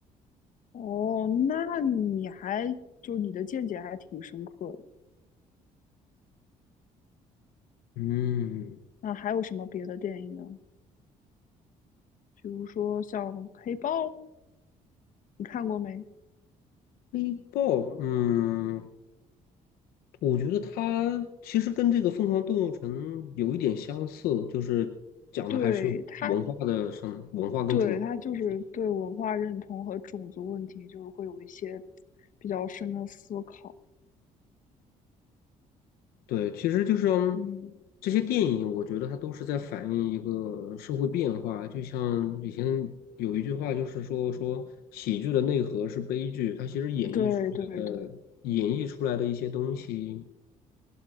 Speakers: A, on the left; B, on the left.
A: 哦，那你还就你的见解还挺深刻的。
B: 嗯，
A: 那还有什么别的电影呢？比如说像黑豹，你看过没？
B: 黑豹，嗯，我觉得它其实跟这个《疯狂动物城》有一点相似，就是讲的还是文化的上文化跟种族的问题。
A: 对他，对他就是对文化认同和种族问题，就是会有一些比较深的思考。
B: 对，其实就是嗯
A: 嗯，
B: 这些电影，我觉得它都是在反映一个社会变化。就像以前有一句话，就是说说喜剧的内核是悲剧，它其实演绎出来的演绎出来的一些东西，
A: 对对对，